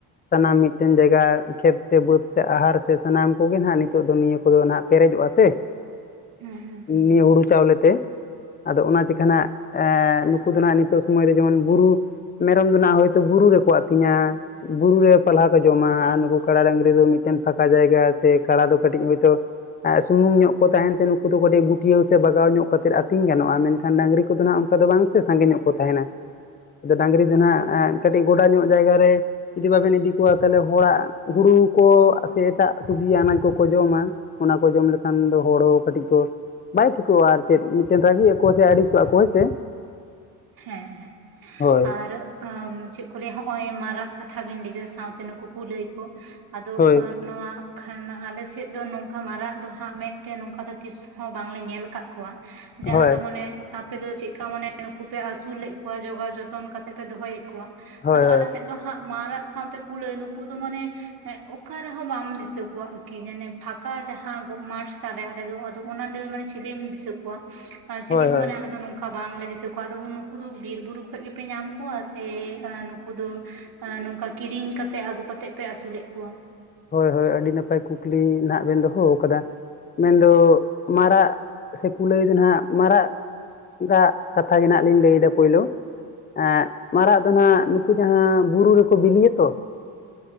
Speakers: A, on the left; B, on the right.
A: ᱥᱟᱱᱟᱢ ᱢᱤᱫᱴᱮᱱ ᱡᱟᱭᱜᱟ ᱠᱷᱮᱛ ᱥᱮ ᱵᱟᱹᱫᱽ ᱥᱮ ᱟᱦᱟᱨ ᱥᱮ ᱥᱟᱱᱟᱢ ᱠᱚᱜᱮ ᱱᱟᱦᱟᱜ ᱱᱤᱛᱚᱜ ᱫᱚ ᱱᱤᱭᱟᱹ ᱠᱚᱫᱚ ᱱᱟᱦᱟᱜ ᱼᱼ ᱯᱮᱨᱮᱡᱚᱜᱼᱟ ᱥᱮ, <unintelligible>
B: ᱦᱮᱸ ᱦᱮᱸ
A: ᱱᱤᱭᱟᱹ ᱦᱩᱲᱩ ᱪᱟᱣᱞᱮ ᱛᱮ ᱟᱫᱚ ᱚᱱᱟ ᱪᱮᱠᱟ ᱱᱟᱜ ᱮᱸ ᱱᱩᱠᱩ ᱫᱚ ᱱᱷᱟᱜ ᱱᱤᱛᱚᱜ ᱥᱚᱢᱚᱭ ᱨᱮ ᱡᱮᱢᱚᱱ ᱵᱩᱨᱩ ᱼᱼ ᱢᱮᱨᱚᱢ ᱫᱚ ᱱᱟᱜ ᱦᱳᱭᱛᱳ ᱵᱩᱨᱩ ᱨᱮᱠᱚ ᱟᱛᱤᱧᱟ᱾ ᱵᱩᱨᱩ ᱨᱮ ᱯᱟᱞᱦᱟ ᱠᱚ ᱡᱚᱢᱟ ᱟᱨ ᱱᱩᱠᱩ ᱠᱟᱲᱟ ᱰᱟᱝᱨᱤ ᱫᱚ ᱢᱤᱫᱴᱮᱱ ᱯᱷᱟᱸᱠᱟ ᱡᱟᱭᱜᱟ ᱥᱮ ᱠᱟᱲᱟ ᱫᱚ ᱠᱟᱹᱴᱤᱡ ᱦᱳᱭᱛᱳ, ᱥᱩᱢᱩᱝ ᱧᱚᱜ ᱠᱚ ᱛᱟᱦᱮᱱ ᱛᱮ ᱱᱩᱠᱩ ᱫᱚ ᱠᱟᱴᱤᱡ ᱜᱩᱴᱤᱭᱟᱹᱣ ᱥᱮ ᱵᱟᱜᱟᱣ ᱧᱚᱜ ᱠᱟᱛᱮᱫ ᱼᱼ᱾ ᱟᱹᱛᱤᱧ ᱜᱟᱱᱚᱜ-ᱟ᱾ ᱢᱮᱱᱠᱷᱟᱱ ᱰᱟᱹᱝᱨᱤ ᱠᱚᱫᱚ ᱱᱷᱟᱜ ᱚᱱᱠᱟ ᱫᱚ ᱵᱟᱝ ᱥᱮ ᱥᱟᱜᱮ ᱧᱚᱜ ᱠᱚ ᱛᱟᱦᱮᱱᱟ᱾ ᱟᱫᱚ ᱰᱟᱹᱝᱨᱤ ᱫᱚ ᱱᱷᱟᱜ ᱠᱟᱹᱴᱤᱡ ᱜᱚᱰᱟ ᱧᱚᱜ ᱡᱟᱭᱜᱟ ᱨᱮ ᱡᱩᱫᱤ ᱵᱟᱵᱮᱱ ᱤᱫᱤ ᱠᱚᱣᱟ ᱛᱟᱦᱞᱮ ᱦᱚᱲᱟᱜ ᱦᱩᱲᱩ ᱠᱚ ᱥᱮ ᱮᱴᱟᱜ ᱥᱩᱵᱽᱡᱤ, ᱟᱱᱟᱡᱽ ᱠᱚᱠᱚ ᱡᱚᱢᱟ᱾ ᱚᱱᱟ ᱠᱚ ᱡᱚᱢ ᱞᱮᱠᱷᱟᱱ ᱫᱚ ᱦᱚᱲ ᱦᱚᱸ ᱠᱟᱹᱴᱤᱡ ᱠᱚ ᱵᱟᱭ ᱴᱷᱤᱠᱚᱜ-ᱟ ᱟᱨ ᱪᱮᱫ ᱨᱟᱹᱜᱤ ᱟᱠᱚ ᱥᱮ ᱟᱹᱲᱤᱥᱚᱜ-ᱟ ᱠᱚ ᱦᱳᱭ ᱥᱮ᱾
B: ᱦᱮᱸ ᱦᱮᱸ
A: ᱦᱳᱭ
B: ᱟᱨ ᱟᱸᱢ ᱪᱮᱜ ᱠᱚ ᱞᱟᱹᱭ ᱦᱚᱜ-ᱚᱭ ᱢᱟᱨᱟᱜ ᱠᱟᱛᱷᱟ ᱵᱤᱱ ᱞᱟᱹᱭ ᱠᱮᱫᱟ ᱥᱟᱶᱛᱮ ᱱᱩᱠᱩ ᱠᱩᱞᱟᱹᱭ ᱠᱚ ᱟᱫᱚ
A: ᱦᱳᱭ
B: ᱱᱚᱣᱟ ᱠᱷᱟᱱ ᱟᱞᱮ ᱥᱮᱫ ᱫᱚ ᱱᱚᱝᱠᱟ ᱢᱟᱨᱟᱜ ᱫᱚ ᱦᱟᱸᱜ ᱢᱮᱸᱫ ᱛᱮ ᱱᱚᱝᱠᱟ ᱫᱚ ᱛᱤᱥ ᱦᱚᱸ ᱵᱟᱝᱞᱮ ᱧᱮᱞ ᱠᱟᱜ ᱠᱚᱣᱟ᱾
A: ᱦᱳᱭ
B: ᱡᱟᱦᱟᱸ ᱫᱚ ᱢᱟᱱᱮ ᱟᱯᱮ ᱫᱚ ᱪᱮᱜ ᱠᱟ ᱢᱟᱱᱮ ᱱᱩ- ᱠᱩ ᱯᱮ ᱟᱥᱩᱞᱮᱜ ᱠᱚᱣᱟ ᱡᱚᱜᱟᱣ ᱡᱚᱛᱚᱱ ᱠᱟᱛᱮ ᱯᱮ ᱫᱚᱦᱚᱭ ᱮᱫ ᱠᱚᱣᱟ
A: ᱦᱳᱭ
B: ᱟᱫᱚ
A: ᱦᱳᱭ
B: ᱟᱞᱮ ᱥᱮᱫ ᱫᱚ ᱦᱟᱸᱜ ᱢᱟᱨᱟᱜ ᱥᱟᱶᱛᱮ ᱠᱩᱞᱟᱹᱭ ᱱᱩᱠᱩ ᱫᱚ ᱢᱟᱱᱮ ᱚᱠᱟ ᱨᱮᱦᱚᱸ ᱵᱟᱢ ᱫᱤᱥᱟᱹ ᱠᱚᱣᱟ ᱠᱤ ᱡᱟᱱᱮ ᱯᱷᱟᱸᱠᱟ ᱡᱟᱦᱟᱸ ᱢᱟᱴᱷ ᱛᱟᱞᱮ ᱟᱞᱮ ᱫᱚ ᱟᱫᱚ ᱚᱱᱟ ᱰᱟ. ᱞ ᱢᱟᱱᱮ ᱪᱮᱞᱮᱢ ᱫᱤᱥᱟᱹ ᱠᱚᱣᱟ, ᱟᱨ ᱪᱮᱞᱮ
A: ᱦᱳᱭ ᱦᱳᱭ
B: ᱦᱚᱸ ᱢᱟᱱᱮ ᱟᱞᱮ ᱫᱚ ᱱᱚᱝᱠᱟ ᱵᱟᱝᱞᱮ ᱫᱤᱥᱟᱹ ᱟᱫᱚ ᱩᱱᱠᱩ ᱫᱚ ᱵᱤᱨ-ᱵᱩᱨᱩ ᱠᱷᱚᱡ ᱜᱮᱯᱮ ᱧᱟᱢ ᱠᱚᱣᱟ ᱥᱮ ᱱᱩᱠᱩ ᱫᱚ ᱱᱚᱝᱠᱟ ᱠᱤᱨᱤᱧ ᱠᱟᱛᱮᱜ ᱟᱜᱩ ᱠᱟᱛᱮᱜ ᱯᱮ ᱟᱥᱩᱞᱮᱜ ᱠᱚᱣᱟ᱾
A: ᱦᱳᱭ ᱦᱳᱭ ᱟᱹᱰᱤ ᱱᱟᱯᱟᱭ ᱠᱩᱠᱞᱤ ᱱᱟᱦᱟᱜ ᱵᱮᱱ ᱫᱚᱦᱚ ᱠᱟᱫᱟ, ᱢᱮᱱ ᱫᱚ ᱢᱟᱨᱟᱜ ᱥᱮ ᱠᱩᱞᱟᱹᱭ ᱫᱚ ᱱᱟᱦᱟᱜ ᱢᱟᱨᱟᱜ ᱜᱟᱜ ᱠᱟᱛᱷᱟ ᱜᱮ ᱱᱟᱜ ᱞᱤᱧ ᱞᱟᱹᱭ ᱫᱟ ᱯᱳᱭᱞᱳ ᱮᱸᱜ ᱢᱟᱨᱟᱜ ᱫᱚ ᱱᱟᱦᱟᱜ ᱱᱩᱠᱩ ᱡᱟᱦᱟᱸ ᱵᱩᱨᱩ ᱨᱮᱠᱚ ᱵᱤᱞᱤᱭᱮ ᱛᱚ᱾